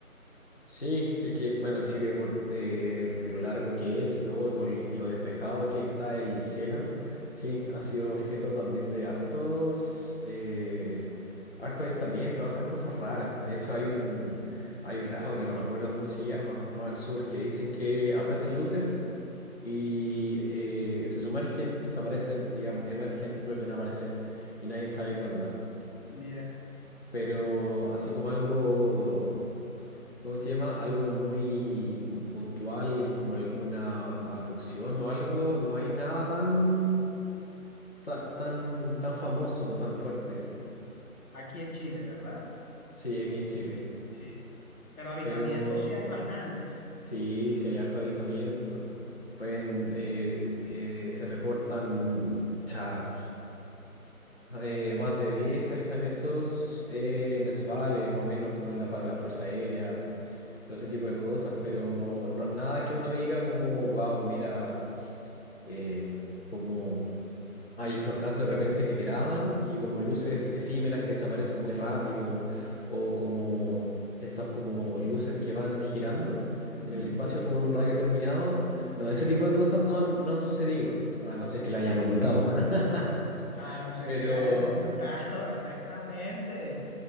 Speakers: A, on the left (about 45°); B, on the left (about 75°).
A: Sí, es que, bueno, Chile por, eh, por lo largo que es y todo, y por lo despejado que está el cielo, sí, ha sido objeto también de hartos, eh, harto avistamiento, hartas cosas raras. De hecho, hay un, hay un lago que no me acuerdo cómo se llama, más al sur, que dicen que aparecen luces y eh, se sumergen, desaparecen y am- emergen y vuelven a aparecer y nadie sabe qué onda.
B: Mira,
A: Pero así como algo... ¿Cómo se llama? Algo muy puntual, como alguna abducción o algo. No hay nada tan, ta- tan, tan, famoso, tan fuerte.
B: aquí en Chile, ¿verdad?
A: Sí, aquí en Chile.
B: Sí. Pero avistamientos
A: Pero
B: sí hay bastantes.
A: sí, sí hay harto avistamiento. Pueden, eh, eh, se reportan cha, eh, más de 10 avistamientos eh, mensuales, más o menos, como en la- para la Fuerza Aérea, todo ese tipo de cosas. Pero no- nada que uno diga como, wow, mira. eh, como hay estos casos de repente que graban y como luces efímeras que desaparecen muy rápido o como estas como luces que van girando
B: Ujú.
A: en el espacio como en un radio determinado No, ese tipo de cosas no han, no han sucedido, a no ser que la hayan ocultado. <laughs>
B: A no ser
A: Pero,
B: que la hayan ocultado, <laughs> exactamente,